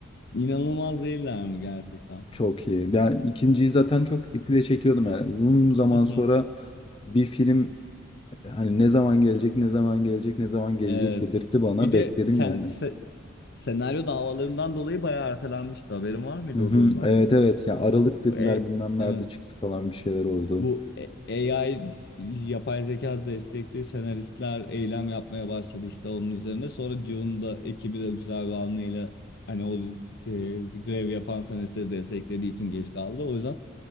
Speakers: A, on the left; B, on the left.
A: İnanılmaz değiller mi gerçekten?
B: Çok iyi. Ben ikinciyi zaten çok iple çekiyordum yani. Uzun zaman
A: <laughs>
B: sonra bir film e, hani ne zaman gelecek, ne zaman gelecek, ne zaman gelecek
A: Evet.
B: dedirtti bana.
A: Bir de
B: Bekledim
A: sen,
B: yani.
A: se- senaryo davalarından dolayı bayağı ertelenmişti. Haberin var mıydı
B: Hı hı.
A: o durumdan?
B: Evet evet ya Aralık
A: Bu
B: dediler
A: E,
B: bilmem nerede
A: evet.
B: çıktı falan bir şeyler oldu.
A: Bu e- AI yapay zeka destekli senaristler eylem yapmaya başladı işte onun üzerine. Sonra Dune'un da ekibi de güzel bir hamleyle hani o e, grev yapan senaristleri desteklediği için geç kaldı. O yüzden